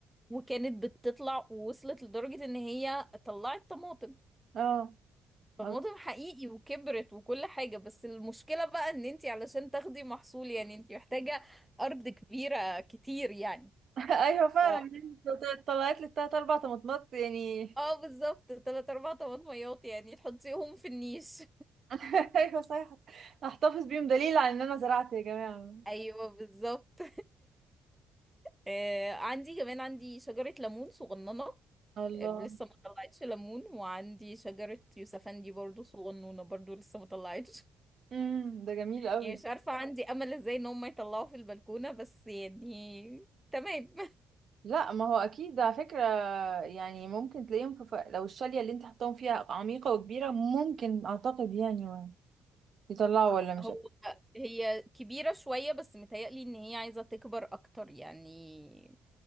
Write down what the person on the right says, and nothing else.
اه
<laughs>
ايوه فعلا
يعني طلعت لي التلات اربع طماطمات يعني
<laughs> ايوه صحيح احتفظ بيهم دليل على ان انا زرعت يا جماعه
الله
امم ده جميل
قوي
لا ما هو اكيد ده على فكره يعني ممكن تلاقيهم في ف... لو الشاليه اللي انت حطاهم فيها عميقه وكبيره ممكن اعتقد يعني و- يطلعوا ولا مش